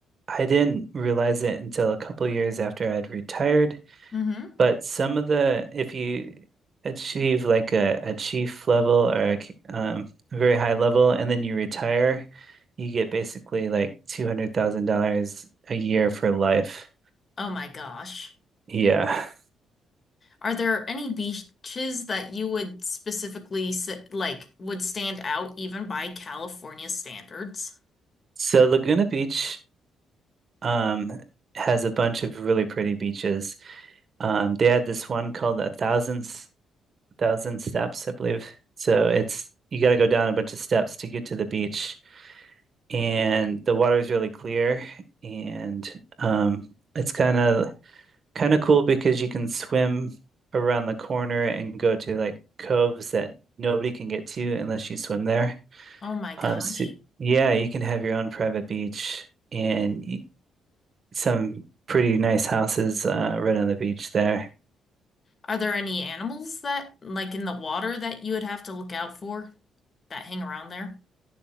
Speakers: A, on the right; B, on the left.
A: I didn't realize it until a couple years after I'd retired.
B: hmm
A: But some of the, if you achieve like a, a chief level or a, c- um, a very high level and then you retire, you get basically like $200,000 a year for life.
B: Oh my gosh.
A: Yeah. <laughs>
B: Are there any beaches that you would specifically s- like would stand out even by California standards?
A: So Laguna Beach, um, has a bunch of really pretty beaches. Um, they had this one called a thousand, S- thousand steps, I believe. So it's, you got to go down a bunch of steps to get to the beach. and the water is really clear and um it's kind of kind of cool because you can swim around the corner and go to like coves that nobody can get to unless you swim there.
B: Oh my gosh.
A: Um so, yeah, you can have your own private beach and y- some pretty nice houses uh right on the beach there.
B: Are there any animals that like in the water that you would have to look out for that hang around there?